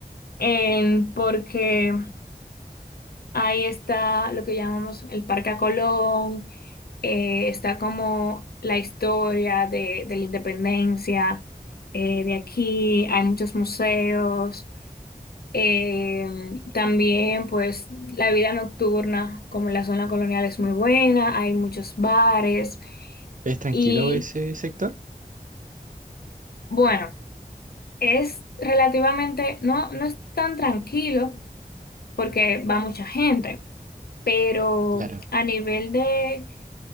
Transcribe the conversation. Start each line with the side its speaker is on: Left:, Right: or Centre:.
Left: en- porque ahí está lo que llamamos el Parque a Colón, eh, está como la historia de, de la independencia eh, de aquí, hay muchos museos, eh, también pues la vida nocturna, como la zona colonial es muy buena, hay muchos bares
Right: ¿Es tranquilo
Left: y...
Right: ese sector?
Left: Bueno, Es relativamente, no, no es tan tranquilo porque va mucha gente, pero
Right: Claro.
Left: a nivel de,